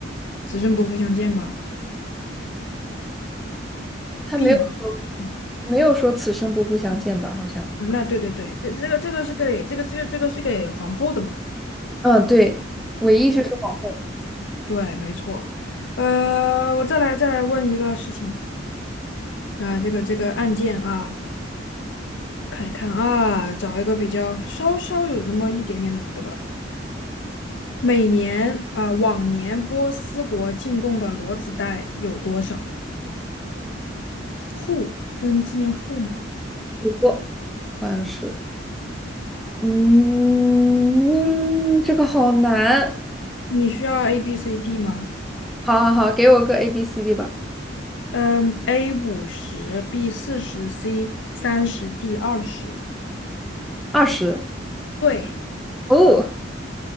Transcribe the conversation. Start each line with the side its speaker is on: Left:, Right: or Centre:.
Left: 此生不复相见吗？
Centre: 他没有说
Left: 变眼睛
Centre: 没有说此生不复相见吧？好像，
Left: 啊，那对对对，这这个这个是给这个这个这个是给皇后的嘛？
Centre: 嗯，对，唯一就是皇后，
Left: 对，没错。呃，我再来再来问一个事情啊，这个这个案件啊，我看一看啊，找一个比较稍稍有那么一点点难的吧。每年啊，往年波斯国进贡的骡子带有多少户？嗯，字念户吗？
Centre: 不过好像是。嗯，这个好难。
Left: 你需要 A B C D 吗？
Centre: 好好好，给我个 A B C D 吧。
Left: 嗯，A 五十，B 四十，C 三十，D 二十。
Centre: 二十
Left: 对，
Centre: 哦，